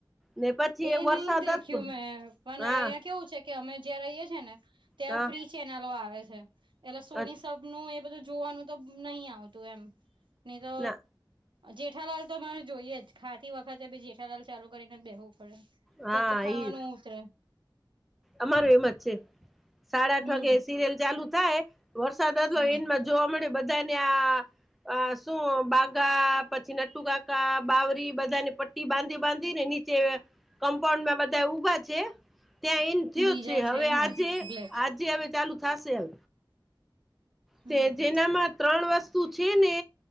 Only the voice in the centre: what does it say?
ને પછી
વરસાદ
હતો
હા
હા
અ
ના
હા
ઈ
અમારું એમજ છે, સાડા આઠ
વાગે સિરિયલ ચાલુ થાય વરસાદ હતો
એન્ડમાં જોવા મળે, બધાને આ શું બાગા પછી નટ્ટુ કાકા, બાવરી બધાને પટ્ટી બાંધી બાંધીને નીચે કમ્પાઉન્ડમાં બધા ઊભા છે. ત્યાં એન્ડ થયો
છે, હવે
આજે
આજે હવે ચાલુ થાશે એમ
કે જેનામાં ત્રણ વસ્તુ ને